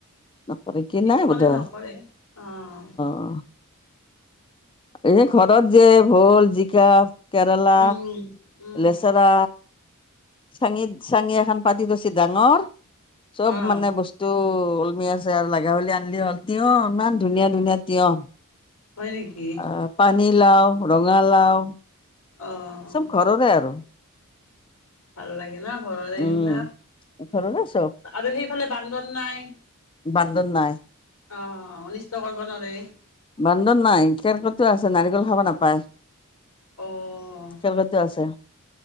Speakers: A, on the left; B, on the left.
A: নকৰে কিনাই
B: কিছুমানে
A: বোধহয়
B: নকৰে অহ।
A: অ এই ঘৰত যে ভোল, জিকা, কেৰেলা,
B: উম, উম।
A: লেচেৰা। চাঙিত চাঙি এখন পাতি থৈছে ডাঙৰ চব
B: অ',
A: মানে বস স্তু ওলমি আছে আৰু লগা হ'লে আনিলে হ'ল তিয়হ ইমান ধুনীয়া ধুনীয়া তিয়হ।
B: হয় নেকি?
A: আ পানী লাও, ৰঙালাও।
B: অহ।
A: চব ঘৰৰে আৰু।
B: ভাল লাগে ন' ঘৰৰে এইবিলাক
A: উম ঘৰৰে চব
B: আৰু সেইফালে বান্দৰ নাই।
A: বান্দৰ নাই।
B: অহ, অনিষ্ট কৰিব নোৱাৰে।
A: বান্দৰ নাই, কেৰ্কেটুৱা আছে নাৰিকল খাব নাপায়।
B: অ',
A: কেৰ্কেটুৱা আছে।